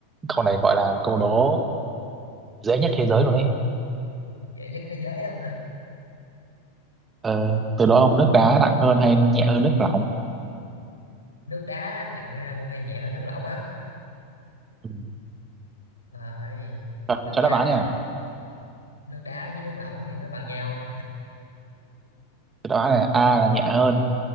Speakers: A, on the right (about 20°); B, on the left (about 75°).
A: câu này gọi là câu đố dễ nhất thế giới luôn ấy
B: dễ nhất thế giới đâu nữa
A: ờ tôi đố ông nước đá nặng hơn hay nhẹ hơn nước lỏng
B: nước đá nặng hơn hay nhẹ hơn nước lỏng á
A: ừ.
B: Rồi,
A: cho,
B: nước
A: cho
B: đá
A: đáp án nha
B: nước đá với nước lỏng thì nó bằng nhau
A: cho đáp án là A là nhẹ hơn